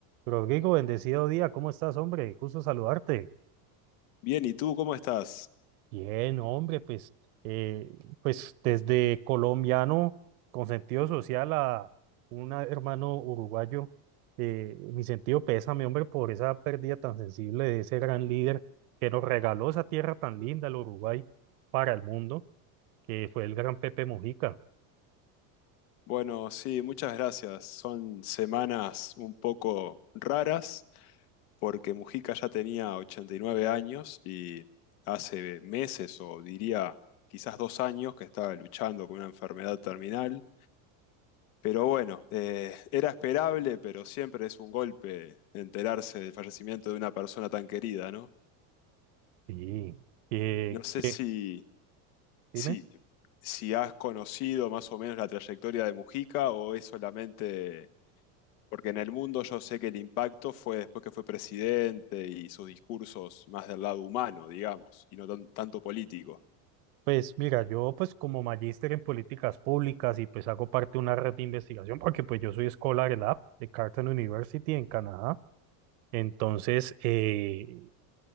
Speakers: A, on the right; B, on the left.
A: Rodrigo, bendecido día, ¿cómo estás, hombre? Gusto saludarte.
B: Bien, ¿y tú cómo estás?
A: Bien, hombre, pues, eh, pues desde colombiano con sentido social a un hermano uruguayo, eh, mi sentido pésame, hombre, por esa pérdida tan sensible de ese gran líder que nos regaló esa tierra tan linda, el Uruguay, para el mundo, que fue el gran Pepe Mujica.
B: Bueno, sí, muchas gracias. Son semanas un poco raras porque Mujica ya tenía 89 años y hace meses o diría quizás dos años que estaba luchando con una enfermedad terminal. Pero bueno, eh, era esperable, pero siempre es un golpe enterarse del fallecimiento de una persona tan querida, ¿no?
A: Sí, eh,
B: No sé
A: que,
B: si,
A: dime.
B: si, si has conocido más o menos la trayectoria de Mujica o es solamente Porque en el mundo yo sé que el impacto fue después que fue presidente y sus discursos más del lado humano, digamos, y no tan- tanto político.
A: Pues mira, yo pues como magíster en políticas públicas y pues hago parte de una red de investigación porque pues yo soy Scholar Lab de Carleton University en Canadá. Entonces, eh,